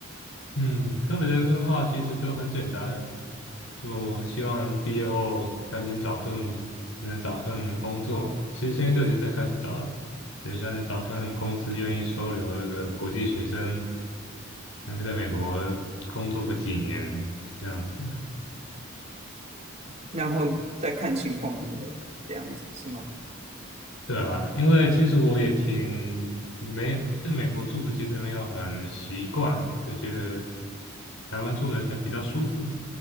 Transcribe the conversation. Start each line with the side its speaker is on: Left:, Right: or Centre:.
Left: 嗯，科比的话其实就很简单，就希望毕业后赶紧找份能找份工作。其实现在就已经在开始找了，等一下能找份公司愿意收留这个国际学生，能够在美国工作个几年这样子。
Right: 然后再看情况如何，这样子是吗？
Left: 对啊，因为其实我也挺没，在美国住的其实没有很习惯，就觉得台湾住的还比较舒服，